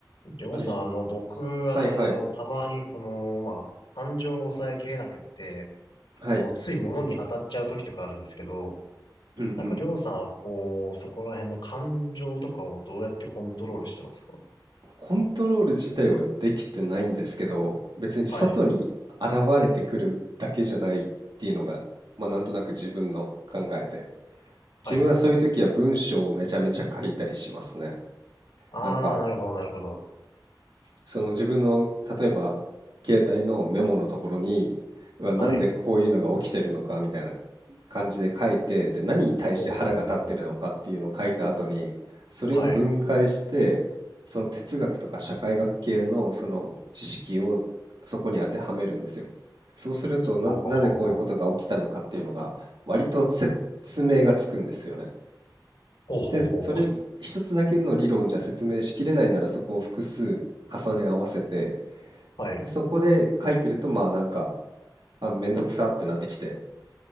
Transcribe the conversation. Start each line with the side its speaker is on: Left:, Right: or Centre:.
Left: りょうさん、
Right: あれ、い
Left: あの、僕、
Right: はいはい、
Left: あの、たまにこの、まあ、感情を抑えきれなくって、
Right: はい、
Left: こう、つい物に当たっちゃう時とかあるんですけど、
Right: うんうん。
Left: なんかりょうさんはこう、そこら辺の感情とかをどうやってコントロールしてますか
Right: コントロール自体はできてないんですけど、別に外に現れてくるだけじゃないっていうのが、
Left: はい。
Right: まあなんとなく自分の考えで。自分はそういう時は文章をめちゃめちゃ書いたりしますね。
Left: はい。あー、
Right: なんか
Left: なるほど、なるほど。
Right: その自分の例えば携帯のメモのところにうわなんでこういうのが起きてるのかみたいな
Left: はい。
Right: 感じで書いてで何に対して腹が立ってるのかっていうのを書いた後にそれを分解してその哲学とか社会学系のその知識をそこに当てはめるんですよ。
Left: ほうほうほうほう。はい。
Right: そうするとな、
Left: ははははは。
Right: なぜこういうことが起きたのかっていうのが割と説明がつくんですよね。
Left: ほうほうほうほう。
Right: で、それ一つだけの理論じゃ説明しきれないならそこを複数重ね合わせて
Left: はい。
Right: で、そこで書いてると、まあ、なんか、あ、めんどくさってなってきて、